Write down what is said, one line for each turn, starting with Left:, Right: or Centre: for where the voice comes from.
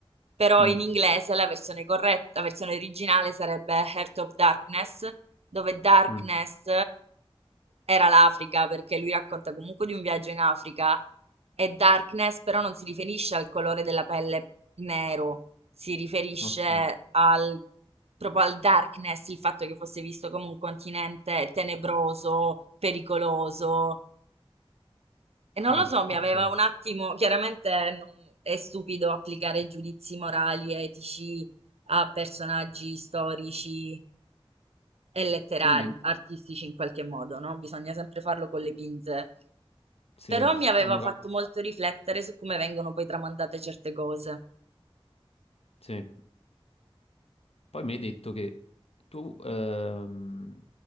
Right: però
Left: Mm,
Right: in inglese la versione corretta, la versione originale sarebbe Heart of Darkness, dove Darkness
Left: mm,
Right: era l'Africa, perché lui racconta comunque di un viaggio in Africa e Darkness però non si riferisce al colore della pelle nero, si riferisce
Left: ok.
Right: al, proprio al Darkness, il fatto che fosse visto come un continente tenebroso, pericoloso, e non
Left: Ah,
Right: lo so, mi
Left: ok.
Right: aveva un attimo, chiaramente non- è stupido applicare giudizi morali, etici a personaggi storici e letterari,
Left: Quindi,
Right: artistici in qualche modo, no? Bisogna sempre farlo con le pinze.
Left: sì,
Right: Però mi aveva
Left: hanno
Right: fatto molto riflettere su come vengono poi tramandate certe cose.
Left: Sì. Poi mi hai detto che tu ehm,